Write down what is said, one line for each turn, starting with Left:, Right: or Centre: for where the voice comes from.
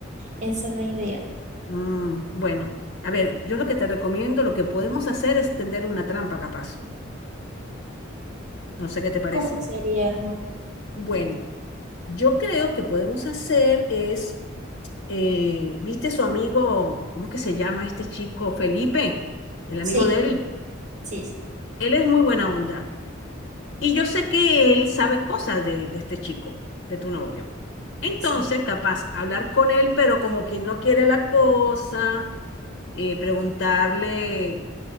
Right: esa es la idea.
Left: Mm, bueno, a ver, yo lo que te recomiendo, lo que podemos hacer es tenderle una trampa capaz. No sé qué te parece.
Right: ¿Cómo sería, hermano?
Left: Bueno, yo creo que podemos hacer es... eh, ¿viste su amigo, cómo es que se llama este chico? Felipe, el amigo
Right: Sí,
Left: de él.
Right: sí, sí,
Left: Él es muy buena onda. Y yo sé que él sabe cosas de, de este chico, de tu novio. Entonces,
Right: sí,
Left: capaz hablar con él, pero como quien no quiere la cosa, eh, preguntarle